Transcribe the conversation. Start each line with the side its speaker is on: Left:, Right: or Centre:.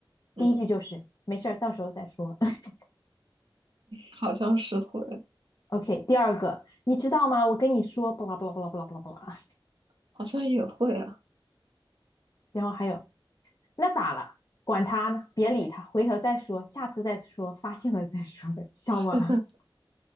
Right: 嗯，
Left: 第一句就是没事儿，到时候再说。<laughs>
Right: 好像是会，
Left: OK，第二个，你知道吗？我跟你说，巴拉巴拉巴拉巴拉巴拉巴拉。
Right: 好像也会啊。
Left: 然后还有，那咋了？管他呢，别理他，回头再说，下次再说，发现了再说，笑吗？
Right: <laughs>
Left: <laughs>